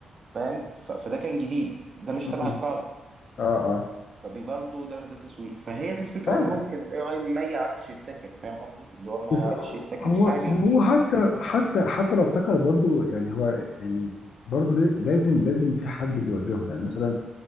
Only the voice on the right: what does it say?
فاهم ف... فده كان جديد ده مش
تبع القاعده
فبرضه ده ده تسويق فهي دي الفكره
اللي ممكن الاي اي ما يعرفش يبتكر فاهم قصدي اللي هو ما
يعرفش يبتكر
حاجه
جديده